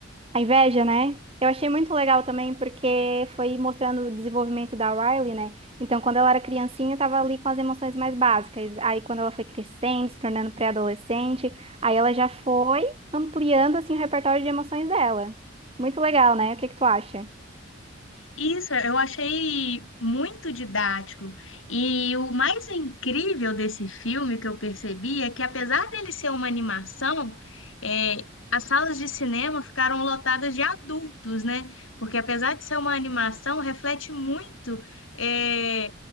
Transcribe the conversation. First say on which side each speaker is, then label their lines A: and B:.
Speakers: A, on the right; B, on the left.
A: a inveja, né? Eu achei muito legal também porque foi mostrando o desenvolvimento da Riley, né? Então, quando ela era criancinha, estava ali com as emoções mais básicas. Aí, quando ela foi crescendo, se tornando pré-adolescente, aí ela já foi ampliando assim o repertório de emoções dela. Muito legal, né? O que que tu acha?
B: Isso, eu achei muito didático. E o mais incrível desse filme que eu percebi é que, apesar dele ser uma animação, é, as salas de cinema ficaram lotadas de adultos, né? Porque, apesar de ser uma animação, reflete muito, é,